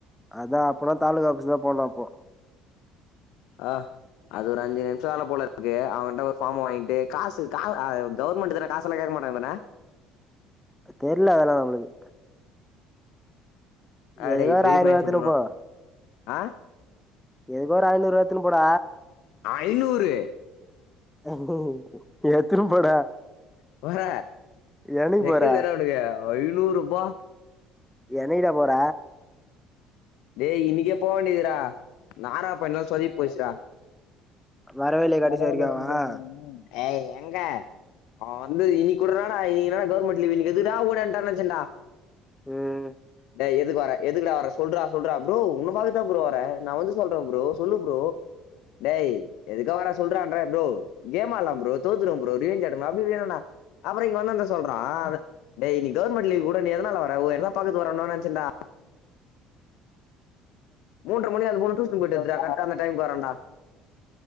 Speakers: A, in the centre; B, on the left.
A: அதா அப்போன்னா தாலூகா ஆபீஸ் தா போனு அப்போ
B: ஆ அது ஒரு அஞ்சு நிமிஷோ ஆகு போல இருக்கு அவன்ட்ட ஒரு ஃபாம வாங்கிட்டு காசு கா ஆ ஏ கவுர்மெண்ட்டு தான காசெல்லா கேக்க மாட்டாங்க தான
A: தெரீல்ல அதெல்லா நம்மளுக்கு
B: அடேய்
A: எதுக்கோ ஒரு
B: பெரிய்ய
A: ஆயிரம்
B: பைய
A: ரூபா எடுத்துன்னு
B: சொல்லுவா
A: போ
B: ஆ
A: எதுக்கு ஒரு ஐநூறு எடுத்துனு போட
B: ஐநூறு
A: எத்துரு போடா
B: குமார
A: எனைக்கு
B: நெக்கல்
A: போற
B: தா டா உனுக்கு ஐநூறு ரூபா
A: என்னக்கிடா போற
B: டேய் இன்னிக்கே போவேண்டியதுடா நாரப்பன்ல சொதீப் போச்சிடா
A: வரவே இல்லையே கடைசி
B: வட <unintelligible>
A: வரைக்கு அவன்
B: ஏய் எங்க ஆ வந்து இனிக் கூடடா நீன்னடா கவர்மென்ட் லீவு இனிக்கு எதுக்குடா ஓடன்டா ன் நெனச்சன்டா
A: உம்ம்
B: டேய் எதுக் வாரா எதுக்குடா வரா சொல்றா சொல்ற ப்ரோ ஒங்கள பாக்கதா ப்ரோ வரே நா வந்து சொல்றே ப்ரோ சொல்லு ப்ரோ டேய் எதுக்கா வரா சொல்றான்ரே ப்ரோ கேமாட்லா ப்ரோ தோதுரும் ப்ரோ ப்ரேஞ்சடால அப்டி அப்டி வேணுனா அப்புற இங்க வந்த சொல்றா டே இன்னிக் கவர்மெண்ட் லீ்வு கூட நீ எதனால வர என்ன தா பாக்க வரநெனச்சேன்டா மூன்றமணியாது மூனு டுஜீஸ் போய்ட் வராண்டா கரெக்டா அந்த டைம்க்கு வரேன் டா